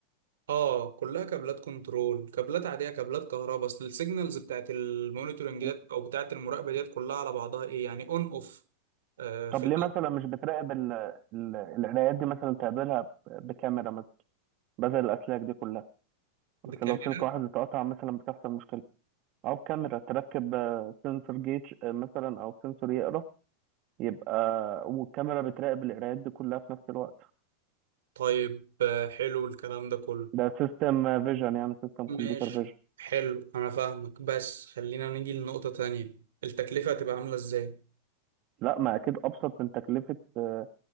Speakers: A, on the right; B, on the right.
A: اه كلها كابلات كنترول كابلات عاديه كابلات كهرباء اصل السيجنالز بتاعت المونيتورنج
B: مم.
A: ديت او بتاعت المراقبه ديت كلها على بعضها ايه يعني اون اوف آه
B: طب
A: في
B: ليه
A: الاول
B: مثلا مش بتراقب ال- ال- القراءات دي مثلا تقابلها ب- بكاميرا مثلا بدل الاسلاك دي كلها
A: بالكاميرا
B: اصل لو سلك واحد اتقطع مثلا بتحصل مشكلة او كاميرا تركب سنسور جيج آه، مثلا او سنسور يقرا يبقى والكاميرا بتراقب القرايات دي كلها في نفس الوقت
A: طيب آه حلو الكلام ده كله
B: ده سيستم فيجن يعني سيستم
A: ماشي
B: كمبيوتر فيجن
A: حلو انا فاهمك بس خلينا نيجي لنقطه تانية التكلفه هتبقى عامله ازاي
B: لا ما اكيد ابسط من تكلفه آه،